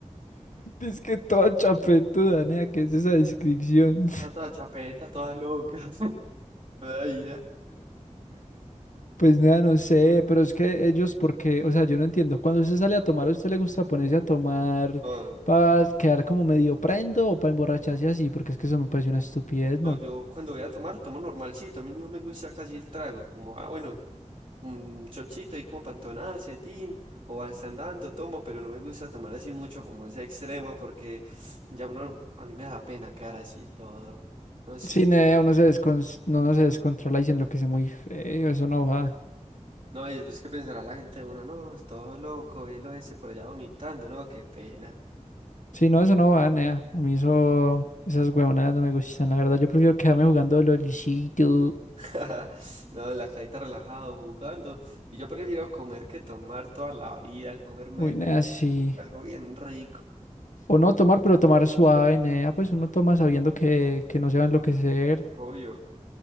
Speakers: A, on the left (about 75°); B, on the right (about 45°).
A: Es que toda chapetuda, nea, ¿qué es esa descripción?
B: Está toda chapeta, todas locas. <laughs> Ay, ya.
A: Pues nada, no sé, pero es que ellos, porque, o sea, yo no entiendo. Cuando usted sale a tomar, ¿a usted le gusta ponerse a tomar
B: No,
A: para quedar como medio prendo o para emborracharse así? Porque es que eso me parece una estupidez, ¿no?
B: no, yo cuando voy a tomar, tomo normalcito. A mí no me gusta casi el trago. Como, ah, bueno, un chochito ahí como para entonarse, tin. O van andando, tomo, pero no me gusta tomar así mucho como ese extremo porque ya uno, a mí me da pena quedar así todo. No sé.
A: Sí, nea, uno se descon... no, uno se descontrola y se enloquece muy feo, eso no va.
B: No, y después que pensará la gente, uno, no, es todo loco, velo ese por allá vomitando, no, qué pena.
A: Sí, no, eso no va, nea. A mí eso, esas huevonadas no me gustan, la verdad. Yo prefiero quedarme jugando LOLcito.
B: <laughs> No, en la cajita relajado, jugando. Y yo prefiero comer que tomar toda la vida, comerme
A: Uy, nea, sí.
B: algo bien rico,
A: O no tomar, pero tomar suave, nea. Pues uno toma sabiendo que, que no se va a enloquecer.
B: obvio.